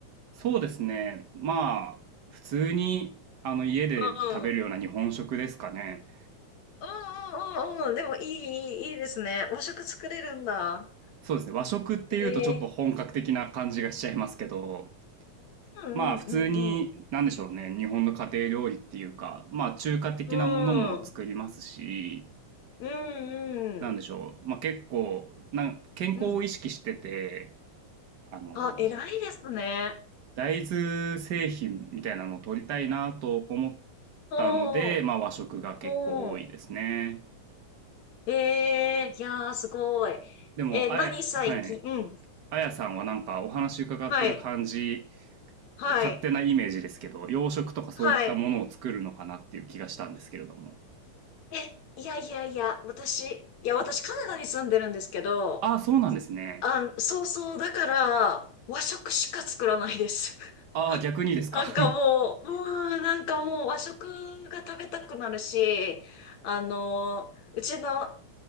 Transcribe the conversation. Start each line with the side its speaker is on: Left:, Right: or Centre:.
Right: そうですね。まあ、普通に、あの、家で食べるような日本食ですかね。
Left: うん。うんうんうんうん。でもいい、いいいいですね。和食作れるんだ。
Right: そうですね。和食っていうとちょっと本格的な感じがしちゃいますけど、
Left: ええ。うんうんうん
Right: まあ、普通に、なんでしょうね。日本の家庭料理っていうか、まあ、中華的なものも作りますし、
Left: うん。うん。うんうん。
Right: なんでしょう。まあ、結構、な、健康を意識してて、
Left: うん。
Right: あの
Left: あ、偉いですね。
Right: 大豆製品みたいなのを取りたいなと思っ
Left: おー。
Right: たので、まあ和食が結構多いですね。
Left: おー。ええ、いやー、すごい。
Right: でも、
Left: えー、
Right: あや、
Left: 何最近うん。
Right: はい。あやさんはなんかお話伺ってる感じ、
Left: はい。はい。
Right: 勝手なイメージですけど、洋食とかそういったものを作るのかなっていう気がしたんですけれども。
Left: はい。え、いやいやいや、私、いや、私カナダに住んでるんですけど、
Right: ああ、そうなんですね。
Left: あん、そうそう、だから、和食しか作らないです。<laughs>
Right: ああ、逆にですか。
Left: なんかもう、
Right: <laughs>
Left: うん、なんかもう和食が食べたくなるし、あの、うちの